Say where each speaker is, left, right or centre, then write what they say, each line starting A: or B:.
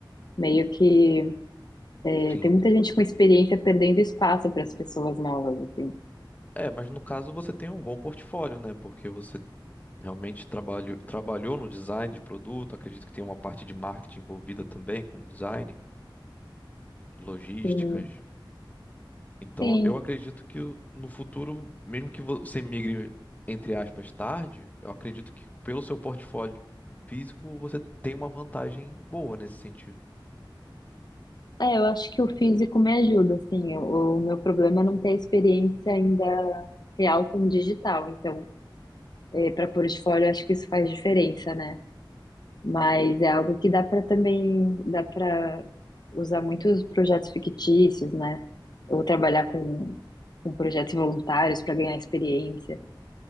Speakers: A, on the left; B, on the left.
A: Meio que eh,
B: Sim.
A: tem muita gente com experiência perdendo espaço para as pessoas novas, assim.
B: É, mas no caso você tem um bom portfólio, né? Porque você Realmente trabalho, trabalhou no design de produto, acredito que tem uma parte de marketing envolvida também com design, logísticas.
A: Sim,
B: Então,
A: sim.
B: eu acredito que o- no futuro, mesmo que você migre, entre aspas, tarde, eu acredito que pelo seu portfólio físico você tem uma vantagem boa nesse sentido.
A: É, eu acho que o físico me ajuda, assim. O, o meu problema é não ter experiência ainda real com o digital. Então, para portfólio, eu acho que isso faz diferença, né? Mas é algo que dá para também, dá para usar muitos projetos fictícios, né? Ou trabalhar com, com projetos voluntários para ganhar experiência.